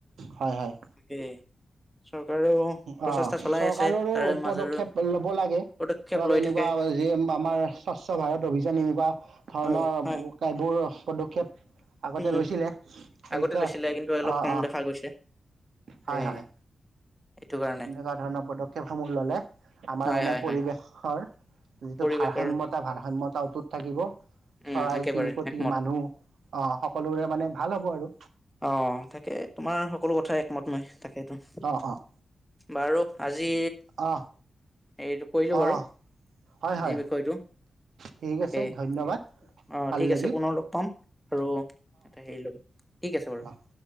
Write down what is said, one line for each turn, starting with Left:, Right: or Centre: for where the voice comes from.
Right: হয় হয়
Centre: তাকে চৰকাৰেও। প্ৰচেষ্টা
Right: অঁ
Centre: চলাই
Right: চৰকাৰৰো
Centre: আছে তাৰে মাজেৰে
Right: পদক্ষেপ ল'ব লাগে অলপ
Centre: পদক্ষেপ লৈ
Right: এনেকুৱা
Centre: থাকে
Right: যে আমাৰ স্বচ্ছ ভাৰত অভিযান এনেকুৱা ধৰণৰ।
Centre: হয় হয়
Right: পদক্ষেপ। আগতে
Centre: উম
Right: লৈছিলে এতিয়া
Centre: আগতে লৈছিলে
Right: অঁ
Centre: কিন্তু অলপ কম
Right: অঁ
Centre: দেখা গৈছে সেয়ে
Right: হয় হয়।
Centre: এইটো কাৰণে
Right: এনেকুৱা ধৰণৰ পদক্ষেপ সমূহ ললে আমাৰ
Centre: হয়
Right: মানে
Centre: হয়
Right: পৰিৱেশৰ
Centre: হয়
Right: যিটো
Centre: পৰিৱেশৰ
Right: ভাৰসাম্যতাৰ ভাৰ। সাম্যতা অটুট থাকিব।
Centre: উম
Right: চৰাই
Centre: একেবাৰে
Right: চিৰিকটি
Centre: একমত
Right: মানুহ অঁহ সকলোৰে মানে। ভাল হ'ব আৰু।
Centre: অঁ তাকে তোমাৰ সকলো কথা একমত নহয় তাকেইটো।
Right: অ', অ',
Centre: আৰু আজি। আজি
Right: অ',
Centre: হেৰিটো কৰিলোঁ বাৰু
Right: অ', হয়,
Centre: আজিৰ
Right: হয়
Centre: বিষয়টো
Right: ঠিক
Centre: তাকেই
Right: আছে ধন্যবাদ
Centre: অ
Right: ভাল
Centre: ঠিক
Right: লাগিল
Centre: আছে পুনৰ লগ পাম আৰু এটা হেৰি ল'ম। ঠিক আছে বাৰু।
Right: অঁ